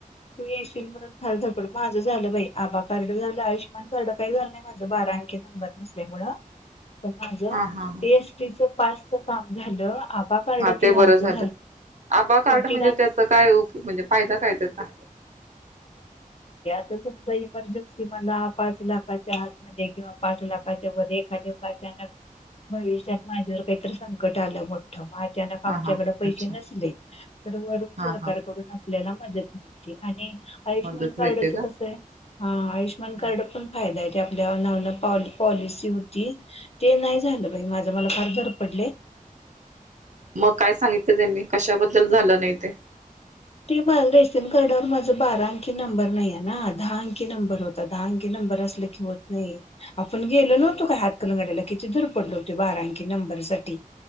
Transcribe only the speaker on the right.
हा हा हा
हा ते
बरं झालं आबा कार्ड
म्हणजे
त्याचा काय उपय म्हणजे फायदा काय त्याचा?
हा हा
अच्छा
हा
हा
मदत
मिळते का
हम्म.
मग काय सांगितलं त्यांनी कशाबद्दल झालं नाही ते?